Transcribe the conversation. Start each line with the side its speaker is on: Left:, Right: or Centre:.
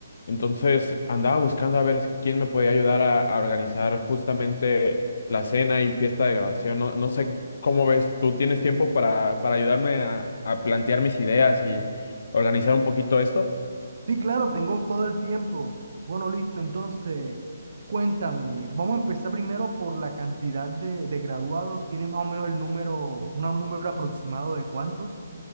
Left: Entonces andaba buscando a ver quién me podía ayudar a, a organizar justamente la cena y fiesta de graduación. No, no sé cómo ves, ¿tú tienes tiempo para, para ayudarme a, a plantear mis ideas y organizar un poquito esto?
Right: Sí, claro, tengo todo el tiempo. Bueno, listo. Entonces, cuéntame. Vamos a empezar primero por la cantidad de, de graduados. ¿Tiene más o menos el número, una- un número aproximado de cuántos?